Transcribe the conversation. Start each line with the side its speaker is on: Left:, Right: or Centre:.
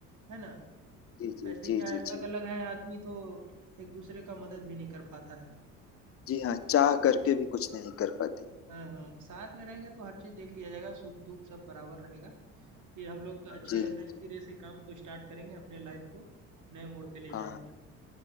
Right: है ना?
Left: जी जी
Right: ऐसे
Left: जी
Right: क्या
Left: जी
Right: है अलग-अलग
Left: जी
Right: है आदमी तो एक दूसरे का मदद भी नहीं कर पाता है।
Left: जी हाँ चाह करके भी कुछ नहीं कर पाते
Right: हाँ, हाँ, साथ में रहेंगे तो हर चीज़ देख लिया जाएगा, सुख-दुःख सब बराबर रहेगा। फिर हम लोग अच्छे
Left: जी
Right: नए
Left: जी
Right: सिरे से काम को स्टार्ट करेंगे, अपने लाइफ़ को नए मोड़ पे ले
Left: हाँ
Right: जाएँगे।